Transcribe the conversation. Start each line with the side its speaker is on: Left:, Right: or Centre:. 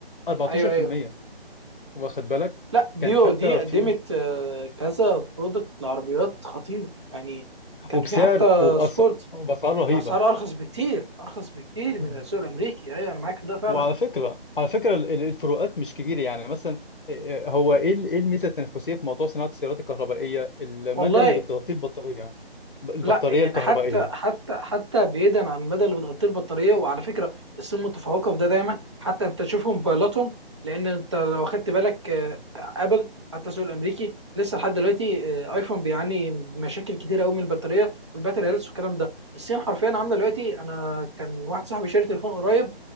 Left: 14%
Right: أيوه أيوه
Left: واخد بالك
Right: لا بيو
Left: كان حتى
Right: دي قدمت
Left: في
Right: آه، كذا برودكت لعربيات خطير يعني كان
Left: وبسعر
Right: في حتى
Left: وبأس-
Right: سبورت
Left: وبأسعار رهيبة
Right: وأسعار أرخص بكتير أرخص بكتير
Left: مم.
Right: من السوق الأمريكي أيوه أنا معاك في ده فعلا
Left: وعلى فكرة على فكرة ال- ال- الفروقات مش كبيرة يعني مثلا إيه- هو ايه ال- إيه الميزة التنافسية في موضوع صناعة السيارات الكهربائية المدى
Right: والله
Left: اللي بتغطيه البطارية ب- البطارية
Right: لا يعني
Left: الكهربائية
Right: حتى حتى حتى بعيدا عن المدى اللي بتغطيه البطاريه وعلى فكره الصين متفوقه في ده دايما حتى انت تشوف موبايلاتهم لان انت لو خدت بالك آه، ابل حتى السوق الامريكي لسه لحد دلوقتي آه، ايفون بيعاني مشاكل كتير قوي من البطاريه والباتري هيلث والكلام ده الصين حرفيا عامله دلوقتي انا كان واحد صاحبي شاري تليفون قريب